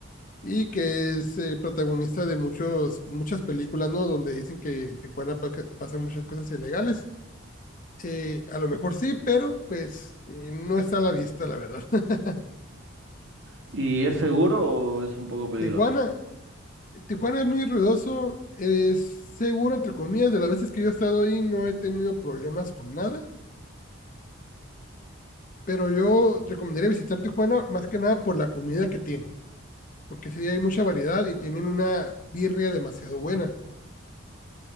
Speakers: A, on the left; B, on the right.
A: y que es eh, protagonista de muchos, muchas películas, ¿no? Donde dicen que en Tijuana pa- que pasan muchas cosas ilegales. Eh, a lo mejor sí, pero pues eh, no está a la vista, la verdad. <laughs>
B: ¿Y es seguro o es un poco peligroso?
A: Tijuana Tijuana es muy ruidoso, es seguro, entre comillas, de las veces que yo he estado ahí no he tenido problemas con nada, pero yo recomendaría visitar Tijuana más que nada por la comida que tienen, porque sí hay mucha variedad y tienen una birria demasiado buena.